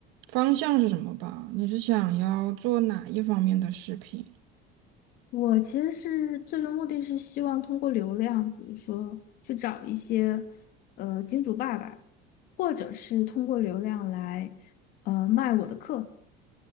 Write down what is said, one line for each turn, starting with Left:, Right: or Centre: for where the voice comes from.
Right: 方向是什么吧，你是想要做哪一方面的视频？
Left: 我其实是最终目的是希望通过流量，比如说去找一些呃金主爸爸，或者是通过流量来呃卖我的课，